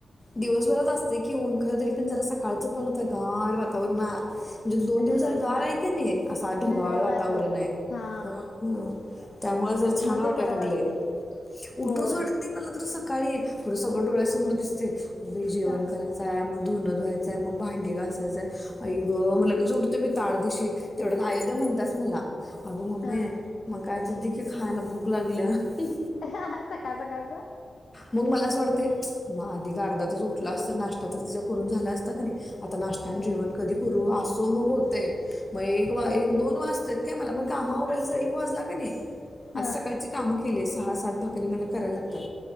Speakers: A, on the left; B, on the left.
A: दिवसभरात असते कि ऊन खर तरी पण जरा स कालच पण आता गार वातावरणा. दोन दिवस
B: ढगाळी
A: झाल गार
B: हा
A: आहे की नीई, असा ढगाळ
B: ढगाळी
A: वातावरणे,
B: वातावरण हा
A: ह त्यामुळे जर छान वाटाय
B: ते बरं
A: लागलय.
B: वाटते
A: उटूच
B: होय
A: वाटत नाइ मला तर स काळी. खरं सगळं डोळ्यासमोर दिसतय, <unintelligible> जेवण
B: का
A: करायचाय म धुन धुवाय- चाय, मग भांडे घायचाय, आई ग म लगेच उटतोय बाई ताडदिशी तेवढ्यात म्हणत्याच मला. अग मम्मे-
B: हा
A: कायतर दे की खायला भूक लागलिये.
B: <unintelligible> सकाळ सकाळच-
A: मग मला अस वाटतय, मग आधी एक अर्धा तास उठला असत नाष्टा तर तिचा करून झाला असता कनी- आता नाष्टा आणि
B: होय
A: जेवण
B: की
A: कधी करू आ- गोंधळ होतय. म एक वा
B: होय
A: एक
B: की
A: दोन वाजत्यात. काय मला मग काम आवरायला जर एक वाजला कनी- आता
B: हा
A: सकाळची कामं- केली अस- सहा, सात भाकरी मला कराय लागत्यात.